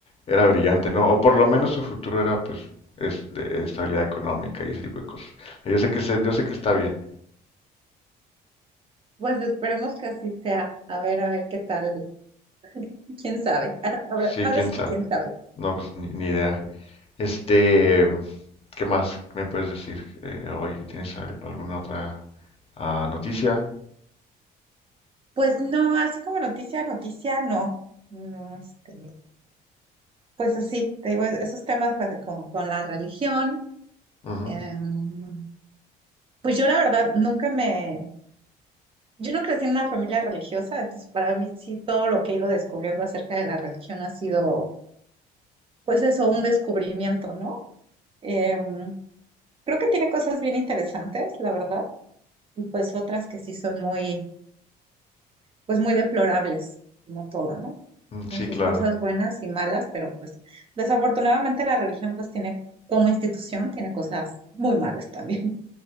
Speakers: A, on the left; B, on the right.
A: era brillante, ¿no? O por lo menos su futuro era pues es de estabilidad económica y ese tipo de cosas. Yo sé que se- yo sé que está bien.
B: Pues esperemos que así sea. A ver, a ver qué tal, quién sabe. <laughs> Ahora,
A: Sí,
B: ahora
A: quién
B: sí
A: sabe.
B: que quién sabe.
A: No, pues ni, ni idea. Este, ¿qué más me puedes decir eh, hoy? ¿Tienes al- alguna otra ah, noticia?
B: Pues no, así como noticia, noticia, no. No, este. Pues así, te digo, es- esos temas eh, con, con la religión.
A: Ujú.
B: em, pues yo la verdad nunca me, yo no crecí en una familia religiosa, entonces para mí sí todo lo que he ido descubriendo acerca de la religión ha sido, pues eso, un descubrimiento, ¿no? Em, creo que tiene cosas bien interesantes, la verdad, y pues otras que sí son muy, pues muy deplorables, como todo, ¿no?
A: Mm,
B: Con
A: Sí,
B: sus
A: claro.
B: cosas buenas y malas, pero pues desafortunadamente la religión pues tiene como institución, tiene cosas muy malas también.